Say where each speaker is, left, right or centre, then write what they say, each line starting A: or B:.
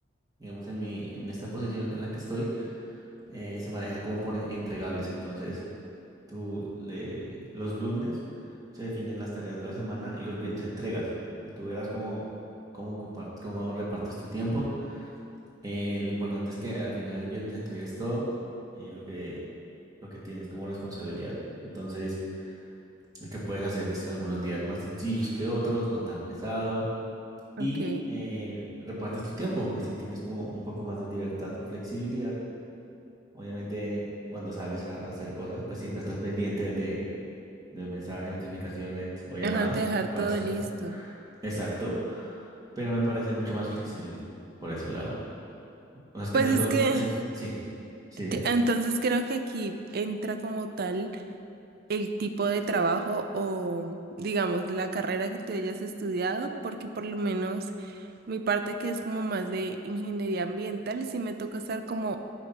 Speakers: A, on the right (about 20°); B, on the right (about 50°).
A: digamos, en mi, en esta posición en la que estoy, eh, se maneja como por en- entregables. Entonces, tú le- los lunes se definen las tareas de la semana y los viernes entregas. Y tú verás cómo, cómo, compart- cómo repartes tu tiempo. Eh, lo importante es que al final el viernes entregues todo eh, lo que, lo que tienes como responsabilidad. Entonces, Lo que puedes hacer es algunos días más sencillos que otros, no tan pesado,
B: ok.
A: y eh, repartes tu tiempo. Así tienes como un poco más de libertad o flexibilidad. Obviamente, cuando sales a a hacer cosas, pues siempre estás pendiente de, de los mensajes, notificaciones o llamadas
B: Ajá, de dejar
A: que puedas
B: todo
A: tener.
B: listo.
A: Exacto, pero me parece mucho más flexible por ese lado. O sea, es que
B: Pues
A: en el
B: es
A: otro...
B: que,
A: me se- Sí, sí, ¿eh?
B: que- entonces creo que aquí entra como tal. el tipo de trabajo o, digamos, la carrera que tú hayas estudiado, porque por lo menos mi parte que es como más de ingeniería ambiental, sí me toca estar como